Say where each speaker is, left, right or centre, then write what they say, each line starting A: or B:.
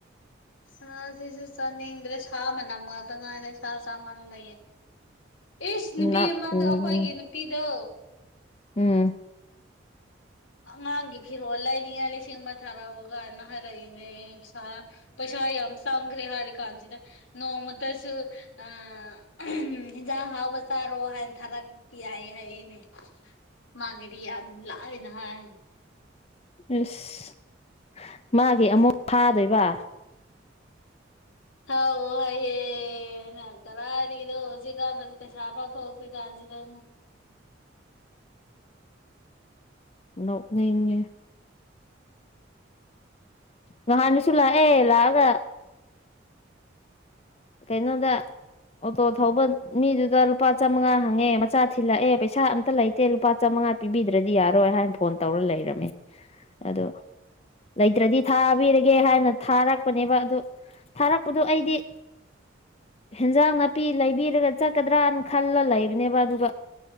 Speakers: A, on the left; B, on the left.
A: ꯁꯥꯁꯤꯁꯨ ꯆꯥꯅꯤꯡꯗ꯭ꯔꯦ ꯁꯥ ꯃꯅꯝ ꯉꯥꯛꯇ ꯉꯥꯏꯔꯦ ꯁꯥ ꯆꯥꯃꯟꯕꯒꯤ ꯑꯤꯁ ꯅꯨꯄꯤ
B: ꯅꯥꯛ
A: ꯑꯃꯗ
B: ꯈꯨꯟ
A: ꯑꯩꯈꯣꯏꯒꯤ ꯅꯨꯄꯤꯗꯣ
B: ꯎꯝ
A: ꯑꯉꯥꯡꯒꯤ ꯐꯤꯔꯣꯜ ꯂꯩꯔꯤꯉꯥꯏ ꯂꯤꯁꯤꯡ ꯑꯃ ꯊꯥꯔꯛꯑꯣ ꯒꯥꯏꯅ ꯍꯥꯏꯔꯛꯏꯅꯦ ꯏꯁ ꯄꯩꯁꯥ ꯌꯥꯝꯆꯪꯒ꯭ꯔꯦ ꯍꯥꯔꯤꯀꯥꯟꯁꯤꯗ ꯅꯣꯡꯃꯗꯁꯨ ꯑ ꯑꯍꯝ ꯍꯟꯖꯥꯡ ꯍꯥꯎꯕ ꯆꯥꯔꯣ ꯍꯥꯏꯅ ꯊꯥꯔꯛꯄ ꯌꯥꯏ ꯍꯥꯏꯌꯦꯅꯦ ꯃꯥꯒꯤꯗꯤ ꯌꯥꯝ ꯂꯥꯏꯅꯍꯥꯏ
B: ꯑꯁ ꯃꯥꯒꯤ ꯑꯃꯣꯛ ꯊꯥꯗꯣꯏꯕ
A: ꯊꯥꯎ ꯍꯌꯦ ꯑꯩꯅ ꯀꯔꯥꯏꯗꯒꯤꯗꯣ ꯍꯧꯖꯤꯛꯀꯥꯟ ꯄꯩꯁꯥ ꯐꯥꯎ ꯊꯣꯛꯇ꯭ꯔꯤ ꯀꯥꯟꯁꯤꯗ
B: ꯅꯣꯛꯅꯤꯡꯉꯦ ꯅꯍꯥꯟꯗꯨꯁꯨ ꯂꯥꯛꯑꯦ ꯂꯥꯛꯑꯒ ꯀꯩꯩꯅꯣꯗ ꯑꯣꯇꯣ ꯊꯧꯕ ꯃꯤꯗꯨꯗ ꯂꯨꯄꯥ ꯆꯥꯝꯃꯉꯥ ꯍꯪꯉꯦ ꯃꯆꯥ ꯊꯤꯜꯂꯥꯛꯑꯦ ꯄꯩꯁꯥ ꯑꯝꯇ ꯂꯩꯇꯦ ꯂꯨꯄꯥ ꯆꯥꯝꯃꯉꯥ ꯄꯤꯕꯤꯗ꯭ꯔꯥꯗꯤ ꯌꯥꯔꯣꯏ ꯍꯥꯏꯅ ꯐꯣꯟ ꯇꯧꯔ ꯂꯩꯔꯝꯃꯦ ꯑꯗꯣ ꯂꯩꯇ꯭ꯔꯥꯗꯤ ꯊꯥꯕꯤꯔꯒꯦ ꯍꯥꯏꯅ ꯊꯥꯔꯛꯄꯅꯦꯕ ꯑꯗꯨ ꯊꯥꯔꯛꯄꯗꯨ ꯑꯩꯗꯤ ꯍꯦꯟꯖꯥꯡ ꯅꯥꯄꯤ ꯂꯩꯕꯤꯔꯒ ꯆꯠꯀꯗ꯭ꯔꯥꯅ ꯈꯜꯂ ꯂꯩꯕꯅꯦꯕ ꯑꯗꯨꯒ